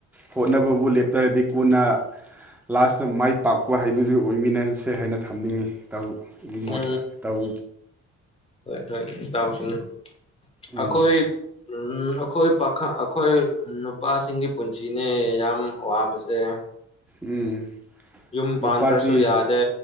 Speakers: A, in the centre; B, on the left (about 20°).
A: ꯍꯣꯠꯅꯕꯕꯨ ꯂꯦꯞꯇ꯭ꯔꯗꯤ ꯀꯣꯟꯅ ꯂꯥꯁꯇ ꯃꯥꯏ ꯄꯥꯛꯄ ꯍꯥꯏꯕꯗꯨ ꯑꯣꯏꯃꯤꯟꯅꯁꯦ ꯍꯥꯏꯅ ꯊꯝꯅꯤꯡꯏꯤ ꯒꯤ ꯃꯣꯠ
B: ꯎꯝ
A: ꯇꯧ
B: ꯍ ꯇꯥꯎꯁ ꯑꯩꯈꯣꯏ
A: ꯎꯝ
B: ꯎꯝ ꯑꯩꯈꯣꯏ ꯄꯥꯈ ꯑꯩꯈꯣꯏ ꯅꯨꯄꯥꯁꯤꯡꯒꯤ ꯄꯨꯟꯁꯤꯅꯦ ꯌꯥꯝ ꯋꯥꯕꯁꯦ
A: ꯎꯝ
B: ꯌꯨꯝ
A: ꯅꯨꯄꯥꯗꯤ
B: ꯄꯥꯟꯗ꯭ꯔꯁꯨ ꯌꯥꯗꯦ